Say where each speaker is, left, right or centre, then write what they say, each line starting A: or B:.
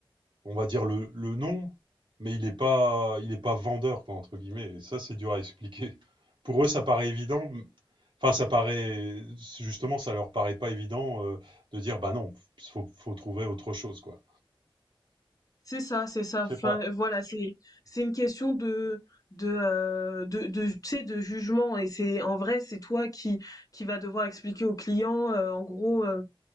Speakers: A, on the right; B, on the left.
A: on va dire le, le nom, mais il n'est pas, il est pas vendeur, quoi, entre guillemets. Et ça, c'est dur à expliquer. <laughs> Pour eux, ça paraît évident. Enfin, ça paraît, justement, ça leur paraît pas évident euh, de dire, bah non, faut, faut trouver autre chose, quoi.
B: C'est ça, c'est ça.
A: Je
B: Enfin,
A: sais pas.
B: euh, voilà, c'est c'est une question de de, heu, de de tu sais, de jugement et c'est en vrai, c'est toi qui qui va devoir expliquer au client, heu, en gros, heu: